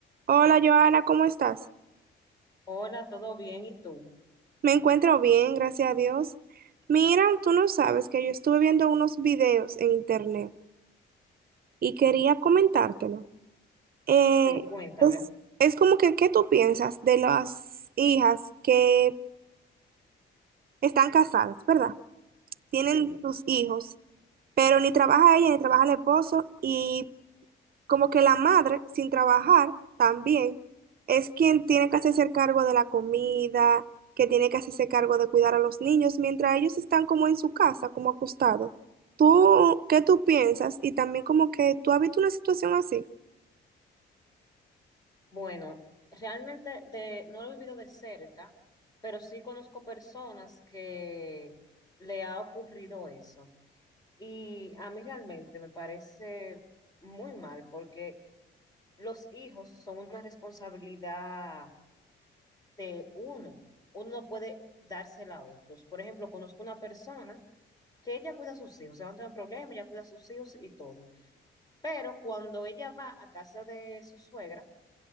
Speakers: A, on the right (about 50°); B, on the left (about 20°).
A: Hola Joana, ¿cómo estás?
B: Hola, ¿todo bien? ¿Y tú?
A: Me encuentro bien, gracias a Dios. Mira, tú no sabes que yo estuve viendo unos videos en internet y quería comentártelo. Eh,
B: Sí, cuéntame.
A: es, es como que, ¿qué tú piensas de las hijas que están casadas, ¿verdad? Tienen
B: Sí.
A: sus hijos, pero ni trabaja ella ni trabaja el esposo y como que la madre, sin trabajar, también es quien tiene que hacerse cargo de la comida, que tiene que hacerse cargo de cuidar a los niños, mientras ellos están como en su casa, como acostados. ¿Tú qué tú piensas? Y también como que tú has visto una situación así,
B: Bueno, realmente de, no lo he vivido de cerca, pero sí conozco personas que le ha ocurrido eso. Y a mí realmente me parece muy mal porque los hijos son una responsabilidad de uno. Uno no puede dársela a otros. Por ejemplo, conozco una persona que ella cuida a sus hijos, o sea, no tiene problema, ella cuida a sus hijos y todo. Pero cuando ella va a casa de su suegra,